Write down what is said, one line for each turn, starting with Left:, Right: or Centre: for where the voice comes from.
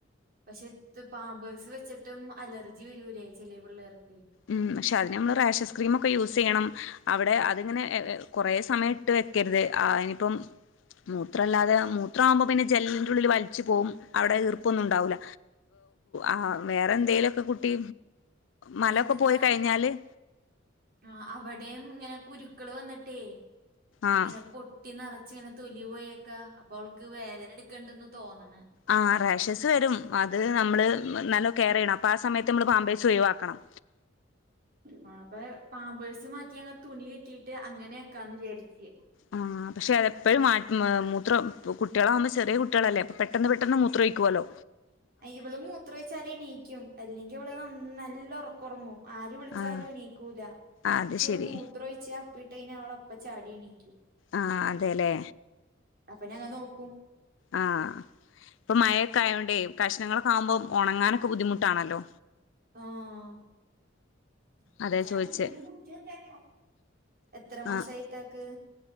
Right: പക്ഷെ പാമ്പേഴ്സ് വെച്ച് ഏറ്റും അലർജി വരൂല്ലേ ചെില പിള്ളേർക്ക്
Left: ഉം പക്ഷെ അതിന് നമ്മള് റേഷസ് ക്രീമൊക്കെ യൂസ് ചെയ്യണം അവിടെ അതങ്ങനെ എ എ കൊറേ സമയ്ട്ട് വെ ക്കരുത് ആഹ് ഇനിയിപ്പം മൂത്രല്ലാതെ മൂത്രാവുമ്പോ പിന്നെ ജെല്ലിന്റുള്ളില് വലിച്ചു പോകും. അവിടെ ഈർപ്പൊന്നു ണ്ടാവൂല്ല. ആഹ് വേറെ എന്തെലൊക്കെ കുട്ടി മലൊക്കെ
Right: അതല്ലത്താ
Left: പോയി കഴിഞ്ഞാല്-
Right: ആ അവിടെയും ഇങ്ങനെ കുരുക്കൾ വന്നിട്ടേ
Left: ആഹ്
Right: ഇങ്ങനെ പൊട്ടി- നെറച്ച് ഇങ്ങനെ തൊലി പോയക്കാ അപ്പൊ അവൾക്ക് വേദന എടുക്കണ്ടന്ന് തോന്നണേ-
Left: ആ റാഷസ് വരും അത് നമ്മള് നല്ല കെയർയ്യെണം അപ്പൊ ആ സമയത്ത് നമ്മള് പാമ്പേസ് ഒഴിവാക്കണം. -
Right: പാമ്പ് പാമ്പേഴ്സ് മാറ്റി യങ്ങ് തുണി കെട്ടിട്ട് അങ്ങനെയൊക്കാന്ന് വിചാരിച്ച്.
Left: ആഹ് പക്ഷെ അതെപ്പോഴും മ മൂത്രം കുട്ടികളാകുമ്പോ ചെറിയ കുട്ടികളല്ലേ അപ്പോ പെട്ടെന്ന് പെട്ടെന്ന് മൂത്ര ഇക്ക് വല്ലോ?
Right: അയിവള് മൂത്രൊഴിച്ചാല് എണീക്കും അല്ലെങ്കി ഇവള് ന നല്ല ഒറക്കൊറങ്ങു ആര് വിളിച്ചാലും
Left: ആഹ്
Right: ഉനീക്കൂല
Left: അത്
Right: ചുളും
Left: ശരി
Right: മൂത്ര ഒഴിച്ച അപ്പിട്ടന അവള- <unintelligible> ചാടി എണീക്കും.
Left: ആഹ് അതെല്ലേ.
Right: അപ്പ ഞങ്ങ നോക്കും.
Left: ആഹ് ഇപ്പൊ <unintelligible> കഷ്ണങ്ങളൊക്കെ ആവുമ്പോ ഒണങ്ങാനൊക്കെ ബുദ്ധിമുട്ടാണല്ലോ
Right: ആഹ് വിളിച്ചാലും
Left: അതെ ചോദിച്ചേ
Right: ഉള്ളി മൂപ്പിച്ചു വെച്ചേക്കണം. എത്ര മാസായി
Left: ആഹ്
Right: ഇത്താക്ക്?